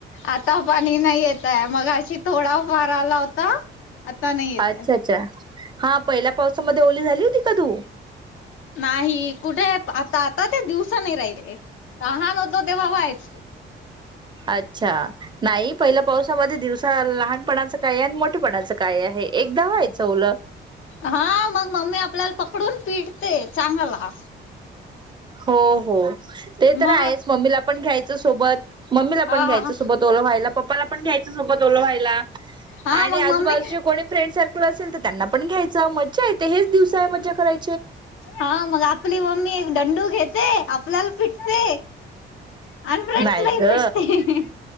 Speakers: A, on the left; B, on the right.
A: आता पाणी नाही येत आहे मगाशी थोडा फार आला होता, आता नाही येतये.
B: अच्छा अच्छा. हा, पहिल्या पावसामध्ये ओली झाली होती का तू
A: नाही कुठे आता, आता ते दिवसा नाही राहिले लहान होतो तेव्हा व्हायच
B: अच्छा, नाही पहिल्या पावसामध्ये दिवसा लहानपणाचं काय, आणि मोठेपणाचं काय आहे, एकदा व्हायचं ओल
A: हा मग मम्मी आपल्याला पकडून पिटते चांगला
B: हो, हो, ते तर
A: मग
B: आहेच मम्मीला पण घ्यायचं सोबत मम्मीला
A: हा
B: पण घ्यायचं सोबत, ओलं व्हायला, पप्पाला पण घ्यायचं सोबत, ओल व्हायला
A: हा
B: आणि
A: मग
B: आजूबाजूचे
A: मम्मी
B: कोणी फ्रेंड सारख असेल तर, त्यांना पण घ्यायचं मज्जा येते, हेच दिवसा आहे मज्जा कराय
A: हा मग आपली मम्मी एक दंडू घेते, आपल्याला पिटते आणि फ्रेंड्सला
B: नाही
A: ही
B: ग
A: पटते.